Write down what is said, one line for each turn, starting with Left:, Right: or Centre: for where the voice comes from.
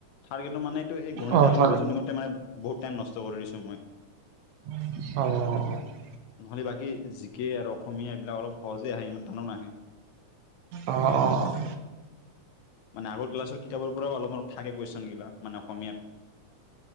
Left: থাৰ্ড গ্ৰেডত মানে এইটো এই গণিত
Right: অ
Left: আৰু
Right: থাৰ
Left: ৰিজইনীঙতে মানে বহুত টাইম নষ্ট কৰি দিছো মই
Right: অ'অ‌
Left: নহলে বাকী জি কে আৰু অসমীয়া এইবিলাক অলপ সহজে আহে, ইমান টানো নাহে
Right: অ', অ'
Left: মানে আগৰ ক্লাছৰ কিতাপৰ পৰাওঁ অলপ থাকে কুৱেশ্যন বিলাক, মানে অসমীয়াত